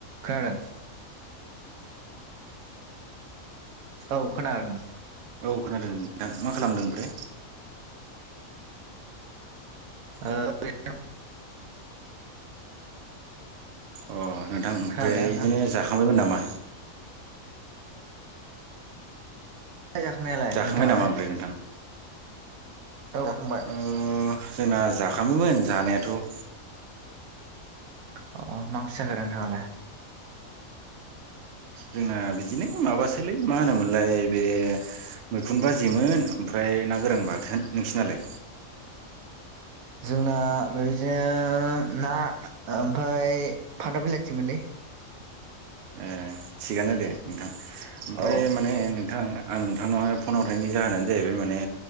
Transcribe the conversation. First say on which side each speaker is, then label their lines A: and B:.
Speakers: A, on the right; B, on the right.
A: खोनादो औ खोनागादों
B: औ खोनादों नोंथां मा खालामदों ओमफ्राय
A: ओ बे
B: अ नोंथां ओमफ्राय
A: खोनाबायना नोंथां?
B: इदिनो जाखांबायमोन नामा?
A: जाखांबाय जाखांनायालाय
B: जाखांबाय
A: नोंथाङालाय?
B: नामा ओमफ्राय नोंथां।
A: औ हांबाय
B: अम जोंना जाखाबायमोन जानायाथ'
A: अ मा ओंख्रि जाखो नोंथाङालाय
B: जोंना बिदिनो माबासोलै मा होनोमोनलाय बे मैखुन बाजेमोन ओमफ्राय ना गोरान बाथोन नोंसिनालाय
A: जोंना बेबायदिनो ना ओमफ्राय फाथो बिलाइ सोमोनलै
B: ए थिगानो दे नोंथां ओमफ्राय
A: औ
B: माने नोंथां आं नोंथांनावहाय फन हरनायनि जाहोनानो जाहैबाय माने